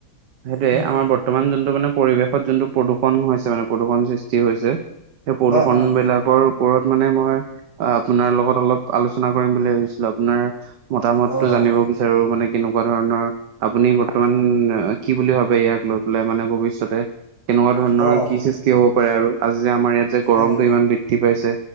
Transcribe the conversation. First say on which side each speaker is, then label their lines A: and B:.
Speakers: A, on the right (about 85°); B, on the right (about 65°).
A: সেইটোয়ে
B: উম,
A: আমাৰ বৰ্তমান যোনটো মানে পৰিৱেশত যোনটো প্ৰদূষণ হৈছে মানে। প্ৰদূষণ সৃষ্টি হৈছে সেই প্ৰদূষণ
B: অ', অ',
A: বিলাকৰ, ওপৰত মানে মই আপোনাৰ লগত অলপ আলোচনা কৰিম বুলি ভাবিছিলো আপোনাৰ। মতামতটো
B: অ',
A: জানিব বিচাৰো মানে কেনেকুৱা ধৰণৰ আপুনি বৰ্তমান কি বুলি ভাবে ইয়াক লৈ পেলাই মানে ভৱিষ্যতে। তেনেকুৱা ধৰণৰ
B: অ',
A: কি সৃষ্টি হব পাৰে আৰু? আজি যে আমাৰ ইয়াত যে গৰমতটো
B: অ',
A: ইমান বৃদ্ধি পাইছে,